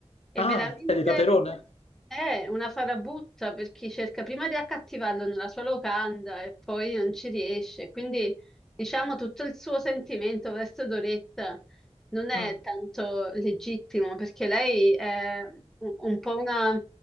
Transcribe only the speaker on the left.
ah,
è di Caperone?
Mm,